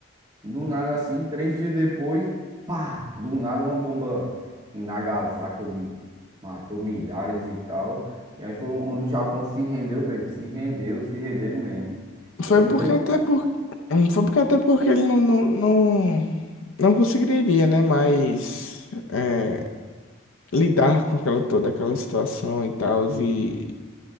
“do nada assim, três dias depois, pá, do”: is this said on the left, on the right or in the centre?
Right